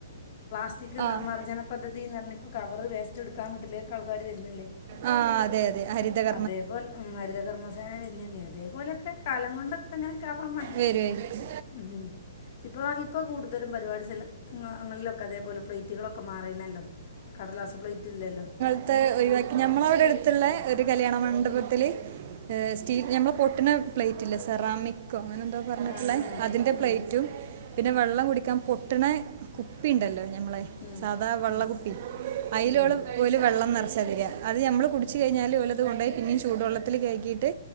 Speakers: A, on the left; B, on the right.
A: സ്റ്റിക്
B: ആഹ്
A: നിർമാർജന പദ്ധതിന്ന് പറഞ് കവറ് വേസ്റ്റ് എടുക്കാൻ വീട്ടിലേക്ക് ആൾക്കാര് വര്ണില്ലേ
B: ആ അതെ അതെ ഹരിതക
A: അതേപോലെഉം ഹരിത കർമ്മസേന വെര്നില്ലേ അതേപോലെക്കെ കാലം കൊണ്ടൊക്കെ അങ്ങനെക്കെ ആവാ മതി
B: വരുവായിരിക്കും
A: ഉം ഇപ്പൊ ഇപ്പ കൂടുതലും പരിപാടി ചെല അങ്ങളിലൊക്കെ അതേപോലെ പ്ലേറ്റുകളൊക്കെ മാറിണല്ലോ കടലാസ് പ്ലേറ്റ്ല്ലല്ലോ
B: ത്തെ ഒഴിവാക്കി ഞമ്മളവിടെട്ത്ത്ള്ള ഒരു കല്യാണ മണ്ഡപത്തില് ഹേ സ്റ്റീ ഞമ്മളെ പൊട്ട്ണ പ്ലേറ്റ്ല്ലെ സെറാമിക് അങ്ങനെന്തോ പറഞ്ഞിട്ട്ള്ളെ
A: ആ ആ
B: അതിന്റെ പ്ലേറ്റും
A: ഉം
B: പിന്നെ വെള്ളം കുടിക്കാൻ പൊട്ട്ണ കുപ്പി ണ്ടല്ലോ ഞമ്മളെ
A: ഉം
B: സാധാ വെള്ള
A: ഉം
B: കുപ്പി അയ്ളോല്
A: ഉം
B: ഓല് വെള്ളം നിറ <unintelligible> അത് നമ്മള് കുടിച്ച് കഴിഞ്ഞാല് ഓലത് കൊണ്ടോയി പിന്നിം ചൂടുവെള്ളത്തില് കയ്കിട്ട്